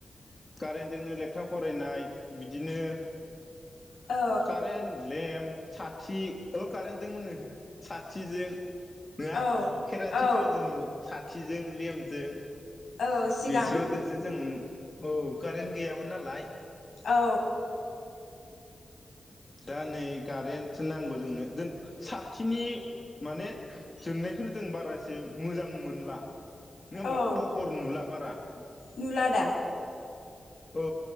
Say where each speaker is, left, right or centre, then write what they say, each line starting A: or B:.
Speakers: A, on the left; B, on the left.
A: कारेन्टजोंनो लेखा फरायनाय बिदिनो
B: औ
A: कारेन लेम्प साथि औ कारेन्टजों होनो साथिजों। नङा
B: औ
A: खेरानसि
B: औ
A: थाव जों सत खिजों लेमजों
B: औ सिगां
A: बेसोरजोंसो जोङो। औ कारेन्ट गैयामोन नालाय।
B: औ
A: दा नै कारेन्टसो नांगौ जोंनो, जों साथिनि माने जोंनायखौनो जों बारासि मोजां मोनला। नङ होमब्ला
B: औ
A: पहर नुला बारा औ।
B: नुला दा
A: औ।